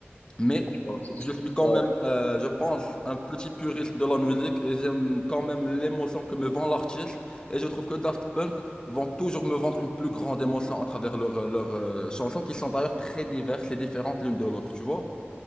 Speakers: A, on the left; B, on the left.
A: Mais
B: vois, c'est sûr.
A: je suis quand
B: Ouais.
A: même, euh, je pense, un petit puriste de la musique et j'aime quand même l'émotion que me vend l'artiste. Et je trouve que Daft Punk vont toujours me vendre une plus grande émotion à travers leurs euh, leurs, euh, chansons qui sont d'ailleurs très diverses et différentes l'une de l'autre, tu vois.